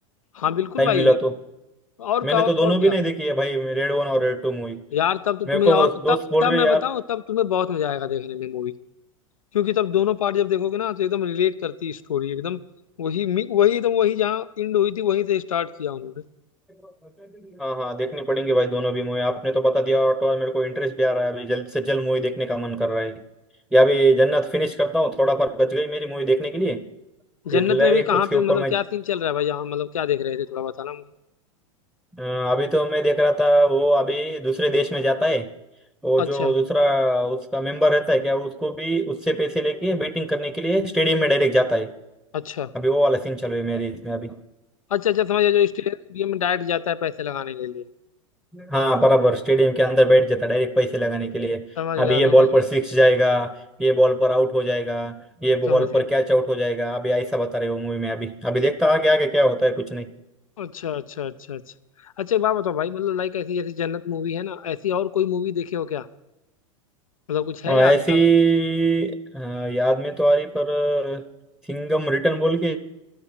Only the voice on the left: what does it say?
हाँ बिल्कुल
भाई
और
क्या और
क्या
यार तब तो तुम्हें
और
तब
तब
मैं
बताऊं तब तुम्हें बहुत मजा आएगा देखने में मूवी क्योंकि तब दोनों पार्ट जब देखोगे ना तो एकदम रिलेट करती है स्टोरी एकदम वही मी- वही एकदम वही जहाँ एंड हुई थी वहीं से स्टार्ट किया उन्होंने
जन्नत
में भी कहाँ
पे
मतलब
क्या सीन चल रहा है भाई यहाँ मतलब क्या देख रहे थे थोड़ा बताना मुझे
अच्छा
अच्छा
अच्छा अच्छा समझ गया जो स्टेडियम में डायरेक्ट जाता है पैसे लगाने के लिए
समझ
गया
समझ गया
समझ
गया
अच्छा अच्छा अच्छा अच्छा अच्छा एक बात बताओ भाई मतलब लाइक ऐसी जैसी जन्नत मूवी है ना ऐसी और कोई मूवी देखे हो क्या मतलब कुछ है
याद
अगर